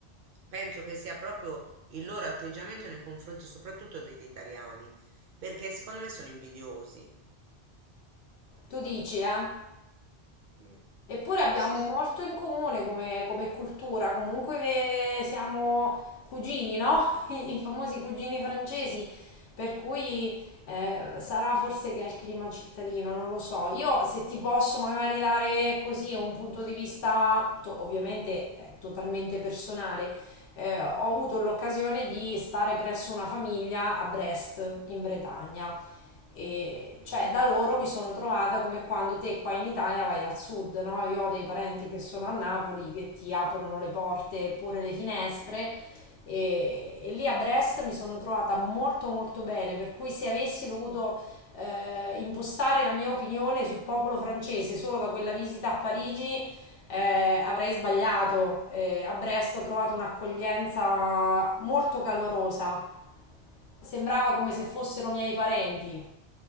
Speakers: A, on the right; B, on the left.
A: Penso che sia proprio il loro atteggiamento nei confronti soprattutto degli italiani, perché secondo me sono invidiosi.
B: Tu dici, eh?
A: Mm,
B: Eppure abbiamo
A: Sì.
B: molto in comune come, come cultura, comunque ve- siamo cugini, no? <laughs> I, i famosi cugini francesi, per cui eh, sarà forse che è il clima cittadino, non lo so. Io se ti posso magari dare così un punto di vista, to- ovviamente eh, totalmente personale, eh, ho avuto l'occasione di stare presso una famiglia a Brest, in Bretagna. E cioè
A: mm.
B: da loro mi sono trovata come quando te qua in Italia vai al sud, no? Io ho dei parenti che sono a Napoli che ti aprono le porte pure le finestre e, e lì a Brest mi sono trovata molto molto bene, per cui se avessi dovuto eh, impostare la mia opinione sul popolo francese solo da quella visita a Parigi eh, avrei sbagliato. Eh, a Brest ho trovato un'accoglienza molto calorosa, sembrava come se fossero miei parenti.